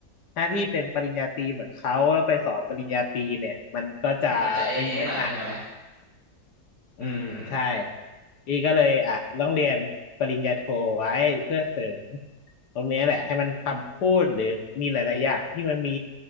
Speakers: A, on the left (about 70°); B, on the right (about 40°).
A: ถ้าพี่เป็นปริญญาตรีเหมือนเขาแล้วไปสอนปริญญาตรีเนี่ยมันก็จะไม่มีน้ำหนัก
B: จะเอเอหน่อยใช่ไหม
A: อืมใช่
B: อือฮึ
A: พี่ก็เลยอ่ะต้องเรียนปริญญาโทไว้เพื่อเสริมตรงเนี้ยแหละให้มันคำพูดหรือมีหลายๆอย่างที่มันมี